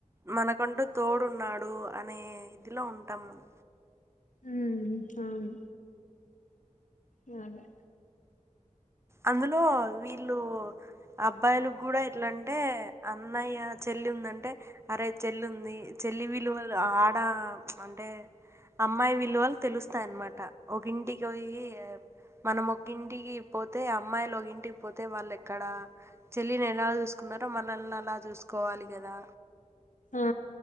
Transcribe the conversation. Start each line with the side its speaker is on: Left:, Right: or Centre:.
Right: మనకంటూ తోడున్నాడు అనే ఇదిలో ఉంటాం మనం
Left: హ్మ్ అవును అే
Right: అందులో వీళ్ళు అబ్బాయిలు కూడా ఎట్లంటే అన్న న్నయ్య చెల్లి ఉందంటే అరే చెల్లి ఉంది చెల్లి వీలువల్ల ఆడ అంటే అమ్మాయి విలువలు తెలుస్తాయిన్నమాట ఒకంటికియ మనం ఒకంటికి పోతే అమ్మాయిలు ఒక ఇంటికి పోతే వాళ్ళు ఎక్కడ చెల్లిని ఎలా చూసుకున్నారో మనల్ని అలా చూసుకోవాలి కదా
Left: ఆ